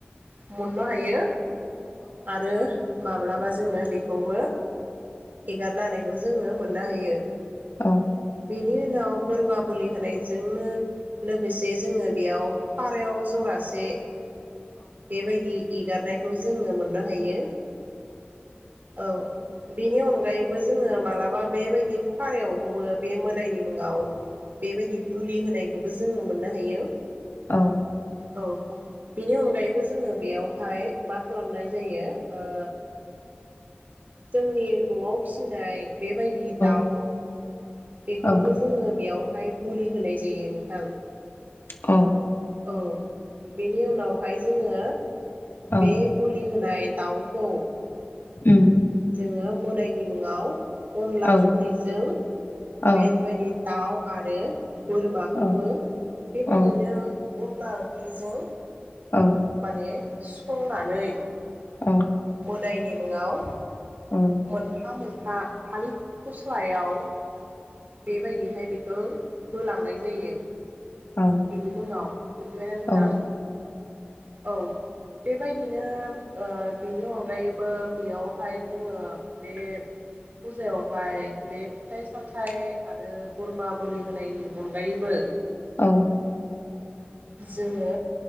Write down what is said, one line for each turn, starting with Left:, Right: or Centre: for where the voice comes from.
Right: मोननो हायो आरो बा जोङो बेखौबो हेगारना होनायखौ जोङो मोननो हायो
Left: औ
Right: बिनि उनाव बोरमा बोलि होनायजोंनो लोगोसे जोङो बेयाव फारायाव जरासे बेबायदि एगारनायखौ जोङो मोननो हायो औ। बेनि अनगायैबो जोङो मालाबा बेबायदि फारायाव हबो बे मोदायनि मुङाव बेबायदि बुलि होनायखौबो जोङो मोननो हायो
Left: औ।
Right: औ बिनि अनगायै बो जोङो बेयावहाय मा खालामनाय जायो ओ जोंनि न'आव फिसिनाय बेबायदि दाउ
Left: औ
Right: बेखौबो
Left: औ
Right: जोङो बेयावहाय बुलि होनाय जायो नोंथां
Left: औ
Right: औ बेनि उनावहाय जोङो
Left: औ
Right: बे बलि होनाय दाउखौ
Left: उम
Right: जोङो मोदायनि मुङाव अनला
Left: औ
Right: ओंख्रिजों
Left: औ
Right: बेबायदि दाउ आरो बोरमाखौबो
Left: औ
Right: बेबायदिनो
Left: औ
Right: अनला ओंख्रिजों
Left: औ
Right: माने संनानै
Left: औ
Right: गोदायनि मुङाव
Left: औ
Right: मोनफा मोनफा थालिर फस्लायाव बेबायदिहाय बेखौ होलांनाय जायो
Left: औ
Right: बिनि मुङाव मिथिबायना नोंथां
Left: औ
Right: औ बेबायदिनो ओ बिनि अनगायैबो बेयावहाय जोङो बे फुजायावहाय बे फिथाइ सामथाइ आरो बोरमा बोलि होनायनि अनगायैबो
Left: औ
Right: जोङो